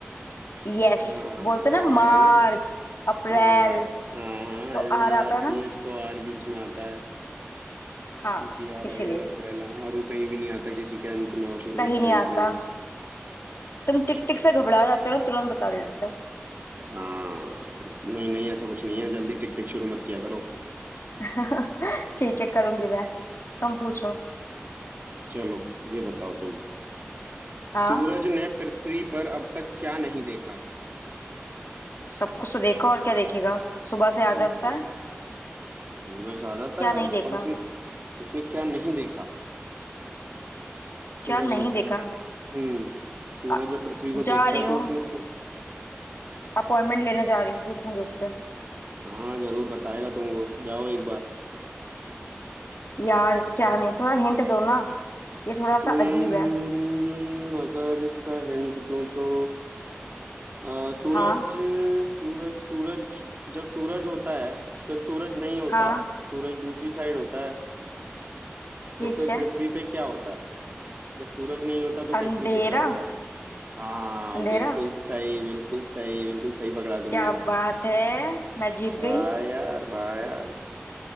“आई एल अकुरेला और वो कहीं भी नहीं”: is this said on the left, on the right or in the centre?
Right